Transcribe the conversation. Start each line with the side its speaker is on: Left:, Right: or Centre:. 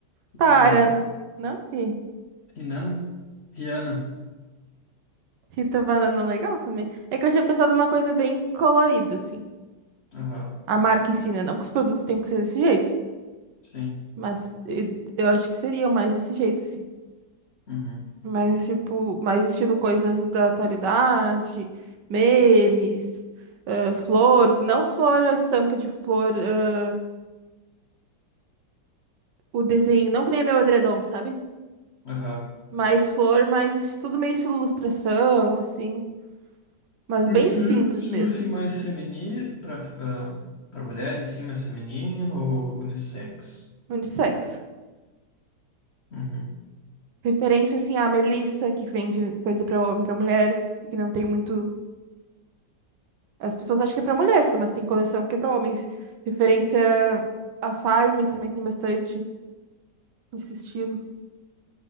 Left: Rita
Right: Para!
Left: Banana.
Right: Não ri.
Left: Rinana? Rihanna.
Right: Rita Banana é legal também. É que eu tinha pensado uma coisa bem colorida, assim.
Left: Aham.
Right: A marca ensina, não que os produtos tenham que ser desse jeito,
Left: Sim.
Right: mas eh, eu acho que seriam mais desse jeito, assim.
Left: Uhum.
Right: Mais, tipo, mais estilo coisas da atualidade, memes, eh, flor, não flor, a estampa de flor. ah, o desenho, não que nem meu edredom, sabe?
Left: Aham.
Right: Mais flor, mais es- tudo meio estilo ilustração, assim, mas bem
Left: Esse
Right: simples
Left: livro é um estilo
Right: mesmo,
Left: assim mais feminino para para mulheres assim mais feminino ou unissex?
Right: unissex.
Left: Uhum.
Right: Referência, assim, à Melissa, que vende coisa pra homem, pra mulher, e que não tem muito... As pessoas acham que é pra mulher só, mas tem coleção que é pra homens. Referência à Farm também tem bastante nesse estilo.